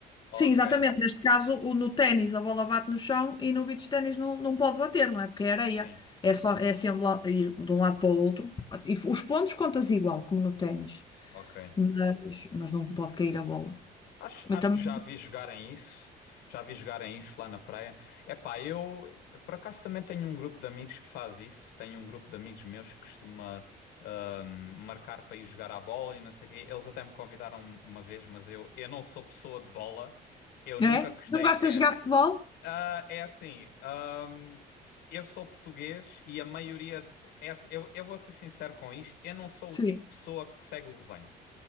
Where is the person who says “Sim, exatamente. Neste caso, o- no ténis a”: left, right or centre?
Left